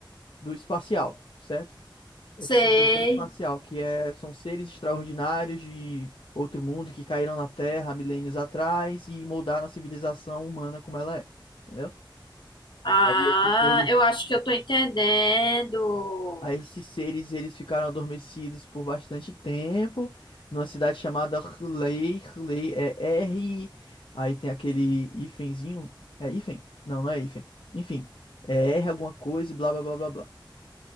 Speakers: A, on the left (about 80°); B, on the left (about 65°).
A: do espacial, certo? É
B: Sei.
A: tipo um terror espacial, que é, são seres extraordinários de outro mundo que caíram na Terra há milênios atrás e moldaram a civilização humana como ela é, entendeu?
B: Ah,
A: Aí esses seres,
B: eu acho que eu tô entendendo.
A: aí esses seres eles ficaram adormecidos por bastante tempo numa cidade chamada Hurley, Hurley é R, aí tem aquele hífenzinho, é hífen? Não, não é hífen. Enfim, é R alguma coisa e blá blá blá blá blá.